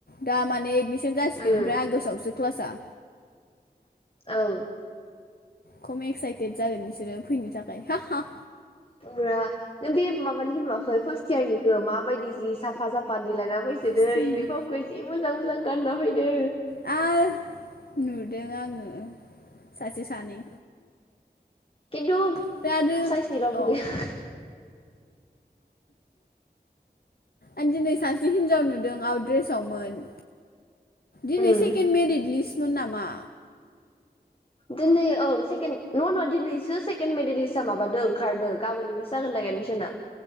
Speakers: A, on the left (about 60°); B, on the left (about 30°).
A: दा माने एडमिसन जासिगोन
B: उम
A: ओमफ्राय आगष्टावसो क्लासा
B: ओं
A: खम एक्साइटेड जागोन बिसोरो फैनो थाखाय
B: पुरा नों बे माबानिखौ नुवाखै फार्स्ट इयारनिखो माबायदि जि साफा साफा देलायना फैसो दो
A: सिथोरनि
B: इउनिफ्रमखौ जि मोजां मोजां गानना फैदो
A: आ नुदों आङो सासे सानै
B: किन्तु
A: ओमफ्राय आरो
B: साइजनि रावबो
A: अ
B: गैया
A: आं दिनै सासे हिनजाव नुदों आवट द्रेसावमोन दिनै
B: उम
A: सेकेन्द मेरिट लिस्टमोन नामा
B: दिनै औ सेकेणड नंङा नंङा दिनैसो सेकेण्ड मेडेलिस्टआ माबादों ओंखारदों गाबोननिफ्रायसो जागोन दां एडमिसना